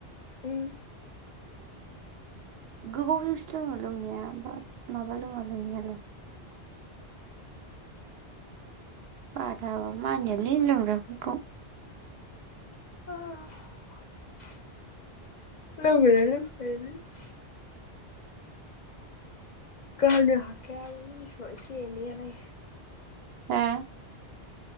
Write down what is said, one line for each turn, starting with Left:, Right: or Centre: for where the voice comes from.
Left: उम
Right: गोबाव जोंसो लोङो लोंनाया बाट माबा लोङा लोंनायालाय बाथा होबाबो मानियालै लोंग्राफोरखौ
Left: <inaudible> <unintelligible> गारनो हाखाया <unintelligible> एसे एनैयालाइ
Right: हा